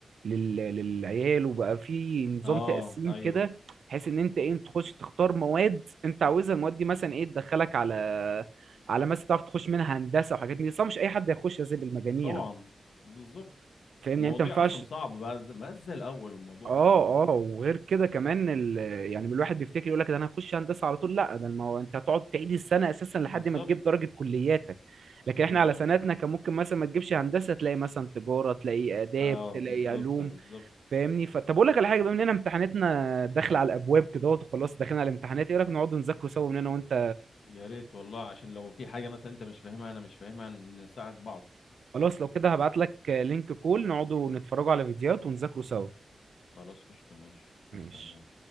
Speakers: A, on the right (about 80°); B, on the left (about 80°).
A: لل... للعيال وبقى في نظام
B: اه
A: تقسيم
B: ايوه
A: كده بحيث ان انت ايه تخش تختار مواد انت عاوزها المواد دي مثلا ايه تدخلك على على مثلا تعرف تخش منها هندسة وحاجات من دي صح مش اي حد يخش زي بالمجاميع
B: طبعا بالظبط
A: فاهمني
B: المواضيع
A: يعني انت ما ينفعش
B: اصلا صعب بقى زي- ما زي الاول الموضوع
A: اه
B: اصلا
A: اه وغير كده كمان ال... يعني الواحد بيفتكر يقول لك ده انا هخش هندسه على طول لا ده ما هو انت هتقعد تعيد السنه اساسا لحد
B: بالظبط
A: ما تجيب درجه كلياتك لكن
B: بالظبط
A: احنا على سنتنا كان ممكن مثلا ما تجيبش هندسه تلاقي مثلا تجاره تلاقي اداب
B: اه
A: تلاقي
B: بالظبط
A: علوم
B: بالظبط
A: فاهمني فطب اقول لك على حاجه بما اننا امتحاناتنا داخله على الابواب كده اهوت وخلاص داخلين على الامتحانات ايه رايك نقعد نذاكروا سوا من هنا وانت
B: يا ريت والله عشان لو في حاجة مثلا انت مش فاهمها انا مش فاهمها نساعد بعض
A: خلاص لو كده هبعت لك لينك كول نقعدوا نتفرجوا على فيديوهات ونذاكروا سوا
B: خلاص قشطة ماشي هستناك
A: ماشي